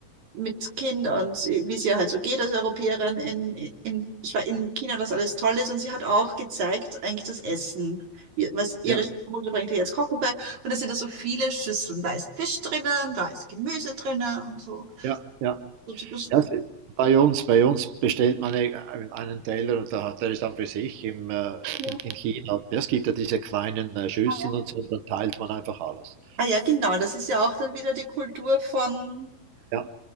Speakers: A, on the right; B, on the right.
A: mit Kindern, sie- wie es ihr halt so geht als Europäerin in, in, Schwe- in China, dass alles toll ist. Und sie hat auch gezeigt, eigentlich das Essen, wie- was ihre
B: ja,
A: Schwiegermutter bringt ihr jetzt Kochen bei. Und da sind da so viele Schüsseln. Da ist Fisch drinnen, da ist Gemüse drinnen und so.
B: ja, ja.
A: Und ich muss-
B: ja es- bei uns, bei uns bestellt man e- einen Teller und da, der ist dann für sich im, äh, in,
A: ja.
B: in China. Ja, Es gibt ja diese kleinen äh, Schüsseln
A: Ah ja,
B: und so, dann teilt man einfach alles.
A: Ah ja, genau. Das ist ja auch dann wieder die Kultur von
B: Ja,